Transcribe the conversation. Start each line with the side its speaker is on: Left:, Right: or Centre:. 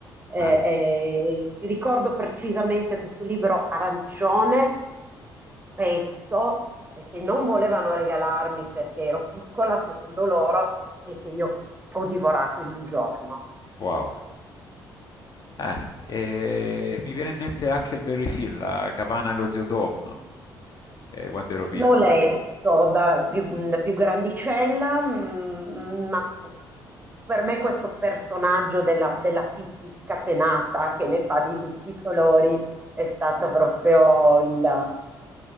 Right: Eh,
Left: Ah,
Right: eh, ricordo precisamente questo libro arancione, spesso, eh, che non volevano regalarmi perché ero piccola, secondo loro, e che io ho divorato in un giorno.
Left: wow. Ah, e mi viene in mente Huckleberry Finn, la Capana e lo zio Tom, eh, quando ero piccolo.
Right: L'ho quando ero piccolo. letto da più, da più grandicella, mm, ma per me questo personaggio della, della Pippi scatenata che ne fa di tutti i colori è stato proprio il,